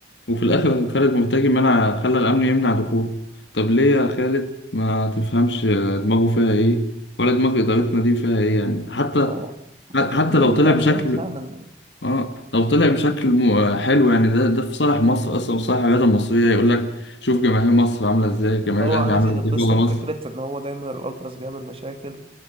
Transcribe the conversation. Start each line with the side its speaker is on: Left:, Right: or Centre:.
Left: وفي الآخر خالد مرتجي منع خلى الأمن يمنع دخوله طب ليه يا خالد ما تفهمش دماغه فيها إيه ولا دماغ إدارتنا دي فيها إيه يعني حتى
Right: اه
Left: حتى
Right: ممكن تكون
Left: لو
Right: دي
Left: طلع
Right: تعليمات
Left: بشكل
Right: فعلا
Left: آه لو طلع بشكل م- حلو يعني ده ده في صالح مصر أصلا وصالح الرياضة المصرية يقول لك شوف جماهير مصر عاملة إزاي جماهير
Right: هو
Left: الأهلي
Right: عايز
Left: عاملة
Right: يلبسك
Left: إزاي بره مصر
Right: فكرة إن هو دايما الألتراس بيعمل مشاكل